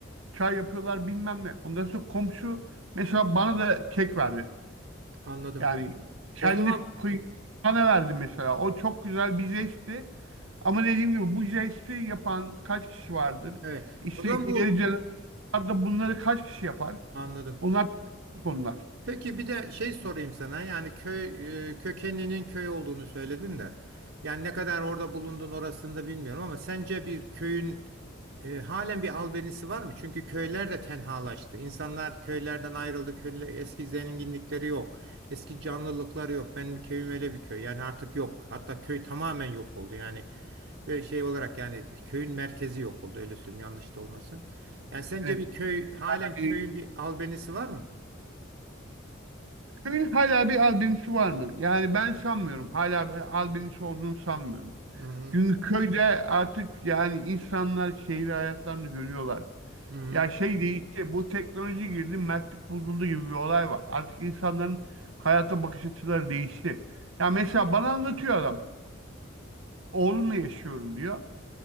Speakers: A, on the right (about 80°); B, on the right (about 70°).
A: Çay yapıyorlar bilmem ne. Ondan sonra komşu mesela bana da kek verdi.
B: anladım.
A: Yani kendi
B: O zaman
A: payı bana verdi mesela. O çok güzel bir jestti. Ama dediğim gibi bu jesti yapan kaç kişi vardır?
B: evet.
A: İşte
B: O zaman
A: ileri
B: bu
A: jenerasyonlarda bunları kaç kişi yapar?
B: anladım.
A: Bunlar tartışmalı konular.
B: Peki bir de şey sorayım sana yani köy e, kökeninin köy olduğunu söyledin de yani ne kadar orada bulundun orasını da bilmiyorum ama sence bir köyün e, halen bir albenisi var mı? Çünkü köyler de tenhalaştı. İnsanlar köylerden ayrıldı. Köyle, eski zenginlikleri yok. Eski canlılıkları yok. Benim köyüm öyle bir köy. Yani artık yok. Hatta köy tamamen yok oldu. Yani e, şey olarak yani köyün merkezi yok oldu. Öyle söyleyeyim yanlış da olmasın. Yani sence
A: Evet.
B: bir köy halen
A: Yani
B: köyün bir albenisi var mı?
A: Köyün hala bir albinosu var mı? Yani ben sanmıyorum. Hala bir albinosu olduğunu sanmıyorum.
B: Hı hı.
A: Çünkü köyde artık yani insanlar şehir hayatlarını görüyorlar.
B: Hı hı.
A: Ya şey değişti. Bu teknoloji girdi, mertlik bozuldu gibi bir olay var. Artık insanların hayata bakış açıları değişti. Ya mesela bana anlatıyor adam. Oğlumla yaşıyorum diyor.